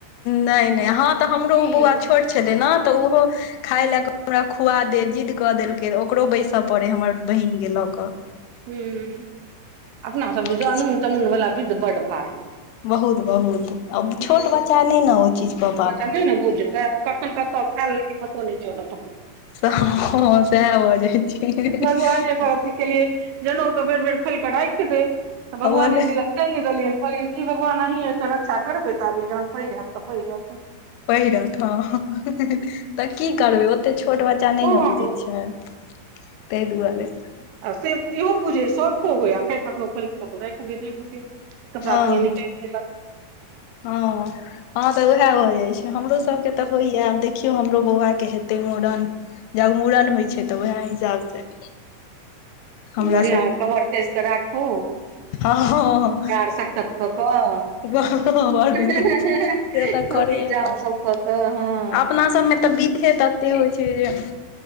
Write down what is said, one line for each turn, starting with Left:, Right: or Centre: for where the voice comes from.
Left: नै-नै हँ तऽ हमरो उ
Right: हूँ
Left: बौआ छोट छलै न तऽ ओहो खाय
Right: हूँ
Left: लए कऽ हमरा खुआ दे जिद्द कऽ देलकै ओकरो बैसा पड़ै हमर बहिनके लऽक।
Right: ह्म अपना सब
Left: आओर
Right: दिस
Left: किछु
Right: अनून तनून वाला विद्ध बड भारी।
Left: बहुत बहुत अब
Right: हूँ
Left: छोट
Right: हूँ
Left: बच्चा नहि ने ओ चीज क
Right: बच्चा नहि ने बुझतै कखन कत खायलेल कै पतहो नहि चलत।
Left: सेह ह सेहे भजाइ छैय।
Right: भगवाने पर अथी केलियै जनउ के बेर-बेर खोल कऽ राखि दे तऽ भगवाने
Left: हवल
Right: जी लग टाइंग देलियै कहलियन भगवान अही रक्षा करबै तऽबे जहन पैघ हेत तऽ पहिरत।
Left: पहिरत ह तऽ की करबै ओते छोट बच्चा नहि
Right: हँ
Left: ने बुझै छै। तै दुआरे।
Right: आ से इहो बुझे शौखो होय आ फेर कखनो खोल कतहु राखि दे नै बुझियै कपड़ा
Left: हँ
Right: सङ्गे निकाइल अचछा
Left: हँ हँ तऽ उएह भऽ जाइ छै हमरो सबके तऽ होइया आब देखियौ हमरो बौआ के हेते मोड़न जग मुड़न होय छै ते वएह हेत चल से हमरा
Right: बढ़िया यै कमर कैस के राखू।
Left: हां-हां-हां।
Right: पैर सक्कत क क। खुब
Left: बड से तऽ करैए
Right: जाउ
Left: पड़तै
Right: उ सब क क हां।
Left: अपना सबमे तऽ बिधे तत्ते होइ छै जे